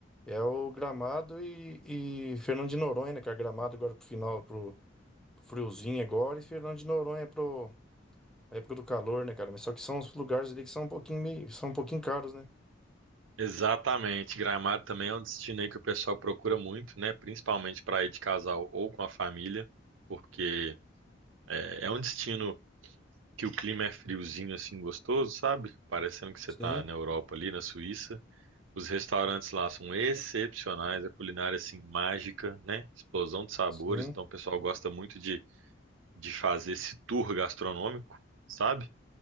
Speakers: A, in the centre; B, on the right (about 80°).
A: é o Gramado e, e Fernando de Noronha, né cara Gramado agora pro final, pro, pro friozinho agora, e Fernando de Noronha pro a época do calor, né, cara? Mas só que são os lugares ali que são um pouquinho meio, são um pouquinho caros, né?
B: Exatamente. Gramado também é um destino aí que o pessoal procura muito, né? Principalmente para ir de casal ou com a família, porque é, é um destino que o clima é friozinho assim gostoso, sabe? Parecendo que você
A: Sim,
B: tá na Europa ali, na Suíça. Os restaurantes lá são excepcionais, a culinária assim mágica, né? Explosão de sabores,
A: sim.
B: então o pessoal gosta muito de, de fazer esse tour gastronômico, sabe?